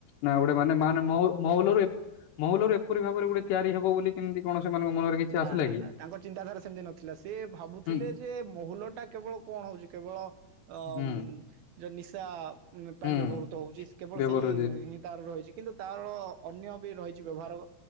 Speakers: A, on the left; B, on the right.
A: ନା ଗୋଟେ ମାନେ ମାନେ ମହୁ ମହୁଲରୁ ମହୁଲରୁ ପୁରି ଭାବରେ ଗୋଟେ ତିଆରି ହେବ ବୋଲି କେମତି କଣ? ସେମାନଙ୍କ ମନରେ କିଛି
B: ନା
A: ଆସିଲା
B: ନା
A: କି?
B: ନା ତାଙ୍କର ଚିନ୍ତାଧାରା ସେମିତି ନଥିଲା। ସେ ସେ ଭାବୁଥିଲେ
A: ହୁଁ
B: ଯେ ମହୁଲ ଟା କେବଳ କଣ ହଉଛି? କେବଳ ଅ
A: ହୁଁ
B: ମ୍ ଯ ନିଶା ପାଇଁ
A: ହୁଁ
B: ବ୍ୟବହୃତ ହଉଛି କେବଳ
A: ବ୍ୟବହାର
B: ସେଇ
A: ଯେ
B: ହିଁ ତାର ରହିଛି କିନ୍ତୁ ତାର ଅନ୍ୟ ବି ରହିଛି ବ୍ୟବହାର।